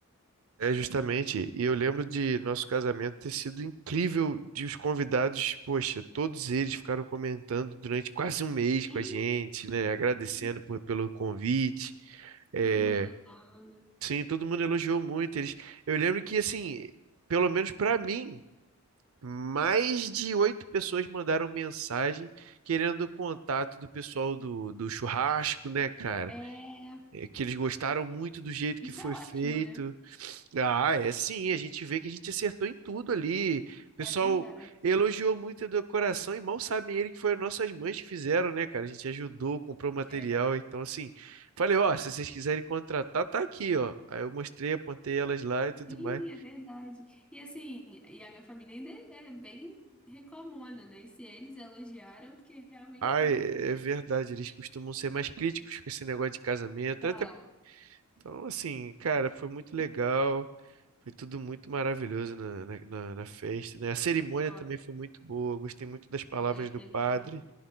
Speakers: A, on the right; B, in the centre.
A: é justamente. E eu lembro de nosso casamento ter sido incrível, de os convidados, poxa, todos eles ficaram comentando durante quase um mês
B: sim.
A: com a gente, né? Agradecendo
B: sim.
A: por- pelo convite. É,
B: Todo mundo elogiando.
A: sim, todo mundo elogiou muito eles. Eu lembro que, assim, pelo menos pra mim. Mais de oito pessoas mandaram mensagem querendo o contato do pessoal do, do churrasco, né, cara?
B: É,
A: É que eles gostaram muito do jeito que
B: isso
A: foi
B: é ótimo,
A: feito.
B: né?
A: Ah, é sim, a gente vê que a gente acertou em tudo ali. O pessoal
B: É verdade.
A: elogiou muito a decoração e mal sabem ele que foram nossas mães que fizeram, né, cara? A gente ajudou, comprou material.
B: É,
A: Então, assim, falei, ó, se vocês quiserem contratar, tá aqui, ó. Aí eu mostrei, apontei elas lá e tudo
B: sim,
A: mais.
B: é verdade. E assim, e a minha família ainda é é bem reclamona, né? E se eles elogiaram, porque realmente
A: Ai,
B: foi muito
A: é
B: bom.
A: verdade, eles costumam ser mais críticos com esse negócio de casamento.
B: Então,
A: Até, então, assim, cara, foi muito legal, foi tudo muito maravilhoso na, na, na- na festa, né? A cerimônia
B: Foi,
A: também foi muito boa, eu gostei muito das palavras
B: foi aquele,
A: do padre.